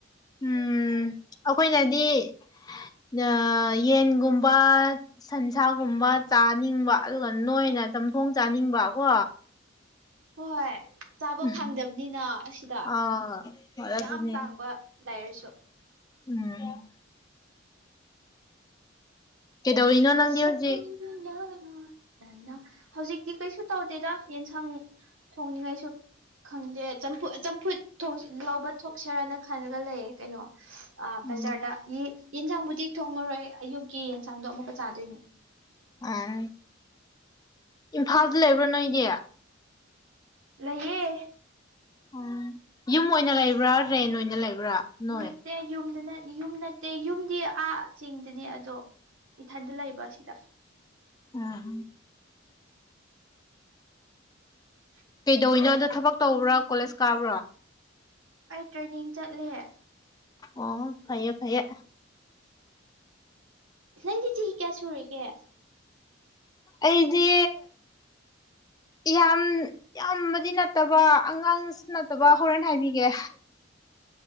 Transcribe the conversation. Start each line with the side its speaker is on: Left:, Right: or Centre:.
Left: ꯎꯝ ꯑꯈꯣꯏꯅꯗꯤ ꯅ ꯌꯦꯟꯒꯨꯝꯕ ꯁꯟꯁꯥꯒꯨꯝꯕ ꯆꯥꯅꯤꯡꯕ ꯑꯗꯨꯒ ꯅꯣꯏꯅ ꯆꯝꯊꯣꯡ ꯆꯥꯅꯤꯡꯕ ꯒꯣ
Right: ꯍꯣꯏ ꯆꯥꯕ
Left: ꯎꯝ
Right: ꯐꯪꯗꯕꯅꯤꯅ ꯑꯁꯤꯗ
Left: ꯑꯥ ꯍꯣꯏ ꯑꯗꯨꯅꯦ
Right: ꯌꯥꯝ ꯇꯥꯡꯕ ꯂꯥꯏꯔꯁꯨ
Left: ꯎꯝ ꯀꯩꯗꯧꯔꯤꯅꯣ ꯅꯪꯗꯤ
Right: ꯁꯠꯝ
Left: ꯍꯧꯖꯤꯛ
Right: ꯌꯥ ꯅꯅꯥ <inaudible> ꯍꯧꯖꯤꯛꯇꯤ ꯀꯩꯁꯨ ꯇꯧꯗꯦꯗ ꯌꯦꯟꯁꯥꯡ ꯊꯣꯡꯅꯤꯡꯉꯥꯏꯁꯨ ꯈꯪꯗꯦ ꯆꯝꯐꯨ ꯆꯝꯐꯨꯠ ꯊꯣꯛꯁ ꯂꯥꯎꯕ ꯊꯣꯛꯁꯤꯔꯅ ꯈꯜꯂꯒ ꯂꯩꯌꯦ ꯀꯩꯅꯣ ꯑ ꯕꯖꯥꯔꯗ
Left: ꯎꯝ
Right: ꯌꯦꯟꯁꯥꯡꯕꯨꯗꯤ ꯊꯣꯡꯉꯔꯣꯏ ꯑꯌꯨꯛꯀꯤ ꯌꯦꯟꯁꯥꯡꯗꯣ ꯑꯃꯨꯛꯀ ꯆꯥꯗꯣꯏꯅꯦ
Left: ꯎꯝ ꯏꯝꯐꯥꯜꯗ ꯂꯩꯕ꯭ꯔꯣ ꯅꯣꯏꯗꯤ
Right: ꯂꯩꯍꯦ
Left: ꯑꯣ ꯌꯨꯝ ꯑꯣꯏꯅ ꯂꯩꯕ꯭ꯔꯥ ꯔꯦꯟ ꯑꯣꯏꯅ ꯂꯩꯕ꯭ꯔꯥ ꯅꯣꯏ
Right: ꯅꯠꯇꯦ ꯌꯨꯝꯗ ꯅꯠ ꯌꯨꯝ ꯅꯠꯇꯦ ꯌꯨꯝꯗꯤ ꯑꯥ ꯆꯦꯡꯗꯅꯦ ꯑꯗꯣ ꯏꯊꯟꯗ ꯂꯥꯛꯏꯕ ꯑꯁꯤꯗ
Left: ꯑꯥ
Right: ꯍ <inaudible>
Left: ꯀꯩꯗꯧꯅꯣ ꯑꯗꯣ ꯊꯕꯛ ꯇꯧꯕ꯭ꯔꯥ ꯀꯣꯂꯦꯖ ꯀꯥꯕ꯭ꯔꯥ
Right: ꯑꯩ ꯇ꯭ꯔꯦꯅꯤꯡ ꯆꯠꯂꯦ
Left: ꯑꯣ ꯐꯩꯌꯦ ꯐꯩꯌꯦ
Right: ꯅꯪꯗꯤ ꯆꯍꯤ ꯀꯌꯥ ꯁꯨꯔꯒꯦ
Left: ꯑꯩꯗꯤ ꯌꯥꯝ ꯌꯥꯝꯕꯗꯤ ꯅꯠꯇꯕ ꯑꯉꯥꯡꯁꯨ ꯅꯠꯇꯕ ꯍꯣꯔꯦꯟ ꯍꯥꯏꯕꯤꯒꯦ